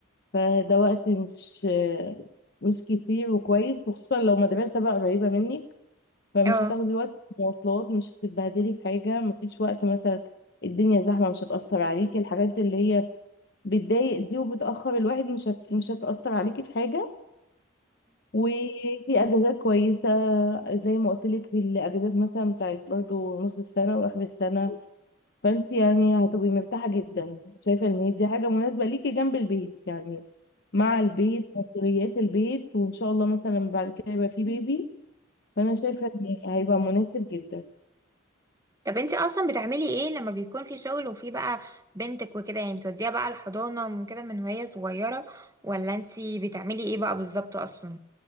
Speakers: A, on the left; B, on the right.
A: فده وقت مش آه، مش كتير وكويس وخصوصا لو مدرسه بقى قريبه منك فمش
B: اه
A: هتاخدي وقت في المواصلات مش هتتبهدلي في حاجه مفيش وقت مثلا الدنيا زحمه مش هتاثر عليكي الحاجات اللي هي بتضايق دي وبتأخر الواحد مش هت... مش هتأثر عليكي في حاجة وفي أجازات كويسة زي ما قلت لك الأجازات مثلا بتاعت برضو نص السنة وآخر السنة فأنت يعني هتبقي مرتاحة جدا شايفة إن هي دي حاجة مناسبة ليكي جنب البيت يعني مع البيت مسؤوليات البيت وإن شاء الله مثلا بعد كده يبقى في بيبي فأنا شايفة إن هيبقى مناسب جدا
B: طب انت اصلا بتعملي ايه لما بيكون في شغل وفي بقى بنتك وكده يعني بتوديها بقى الحضانة من كده من وهي صغيرة ولا انت بتعملي ايه بقى بالظبط اصلا